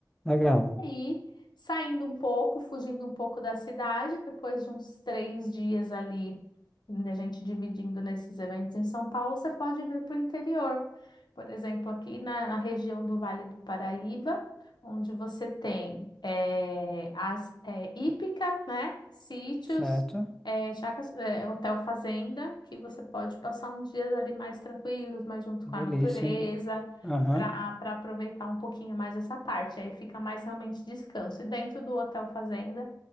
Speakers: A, in the centre; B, on the left.
A: Legal.
B: aí, saindo um pouco, fugindo um pouco da cidade, depois de uns três dias ali, da gente dividindo nesses eventos em São Paulo, você pode vir para o interior. Por exemplo, aqui na, na região do Vale do Paraíba, onde você tem eh, as eh, hípica, né? Sítios,
A: Certo.
B: eh, chacras, eh, hotel fazenda, que você pode passar uns dias ali mais tranquilos, mais junto
A: Delícia,
B: com a natureza
A: hein? Aham.
B: para para aproveitar um pouquinho mais essa parte. Aí fica mais realmente descanso. E dentro do Hotel Fazenda